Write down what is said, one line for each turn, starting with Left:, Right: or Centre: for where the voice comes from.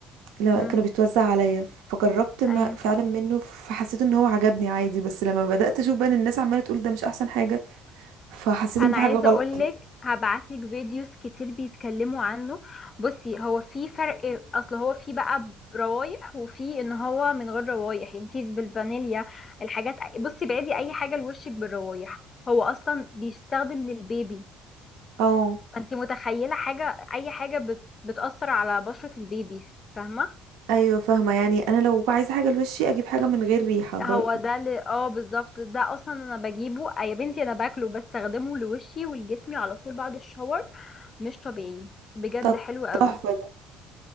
Right: لما
Left: مم.
Right: كانوا بيتوزع عليا فجربت ما...
Left: أيوه
Right: فعلا منه فحسيت ان هو عجبني عادي بس لما بدأت اشوف بقى ان الناس عمالة تقول ده مش احسن حاجة فحسيت
Left: انا
Right: ان في
Left: عايزه
Right: حاجة غلط
Left: اقولك هبعتلك فيديوز كتير بيتكلموا عنه بصي هو في فرق اصل هو في بقى روايح وفي ان هو من غير روايح يعني في بالفانيليا الحاجات بصي بعدي اي حاجه لوشك بالروايح هو اصلا بيستخدم للبيبي
Right: اه
Left: فانت متخيله حاجه اي حاجه بت... بتاثر على بشره البيبي فاهمه
Right: ايوه فاهمه يعني انا لو عايزه حاجه لوشي اجيب حاجه من غير ريحه بر...
Left: هو ده اللي اه بالظبط ده اصلا انا بجيبه آه يا بنتي انا باكله بستخدمه لوشي ولجسمي على طول بعد الشاور مش طبيعي بجد
Right: طب
Left: حلو قوي
Right: تحفه ده